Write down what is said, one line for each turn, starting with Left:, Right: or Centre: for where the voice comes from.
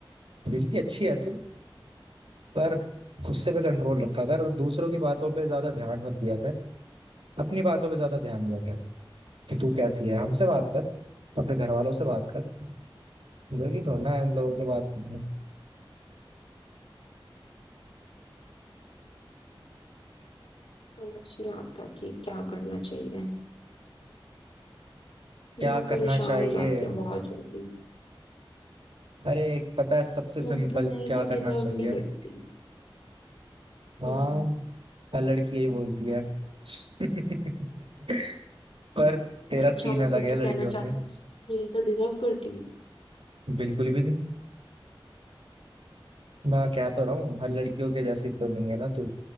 Right: दिल की अच्छी है तू पर गुस्से पे कंट्रोल रखा कर और दूसरों की बातों पे ज्यादा ध्यान मत दिया कर अपनी बातों पे ज्यादा ध्यान दिया कर कि तू कैसी है हमसे बात कर अपने घर वालों से बात कर जरूरी थोड़ा ना है इन लोगों के बात करने।
Left: समझ नहीं आता कि क्या करना चाहिए मैं
Right: क्या करना
Left: परेशान
Right: चाहिए
Left: हो जाती हूँ बहुत जल्दी
Right: अरे एक पता है सबसे सिंपल
Left: मतलब मैं ये
Right: क्या
Left: सब डिजर्व
Right: करना चाहिए
Left: नहीं करती
Right: हाँ
Left: हम्म
Right: हर लड़की यही बोलती है <laughs> पर तेरा
Left: अच्छा
Right: सीन
Left: मतलब
Right: अलग है
Left: तू
Right: लड़कियों
Left: कहना चाह
Right: से
Left: रहा है मैं ये सब डिजर्व करती हूँ
Right: बिल्कुल भी नहीं मैं कह तो रहा हूँ हर लड़कियों के जैसी तो नहीं है ना तू